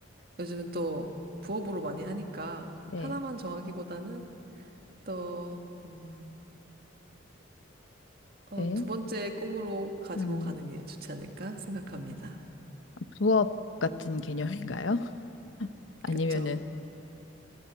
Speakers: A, on the right; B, on the left.
A: 요즘은 또 부업으로 많이 하니까
B: 네,
A: 하나만 정하기보다는 또, 음, 어,
B: 네.
A: 두 번째 꿈으로 가지고
B: 음,
A: 가는 게 좋지 않을까 생각합니다.
B: 부업 같은 개념인가요? <laughs> 아니면은
A: 그쵸?